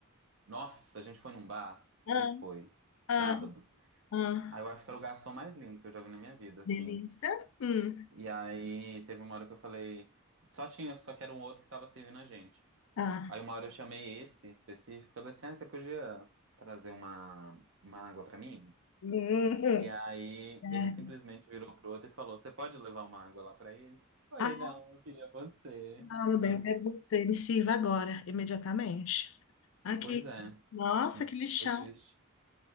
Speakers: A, on the right (about 60°); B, on the left (about 65°).
A: Nossa, a gente foi num bar. Que
B: Ah,
A: dia que foi?
B: ah,
A: Sábado.
B: ah.
A: Ah, eu acho que era o garçom mais lindo que eu já vi na minha vida, assim.
B: Delícia. Hum,
A: E aí teve uma hora que eu falei, só tinha, só que era um outro que tava servindo a gente.
B: ah.
A: Aí uma hora eu chamei esse específico, eu falei assim, ah, você podia trazer uma, uma água pra mim?
B: Hum,
A: E aí
B: é.
A: ele simplesmente virou pro outro e falou, você pode levar uma água lá pra ele? Eu falei,
B: Ah,
A: não, eu queria você.
B: não, meu
A: <clears throat>
B: bem, é você. Me sirva agora, imediatamente. Aqui.
A: Pois é,
B: Nossa,
A: <clears throat>
B: que lixão.
A: foi triste.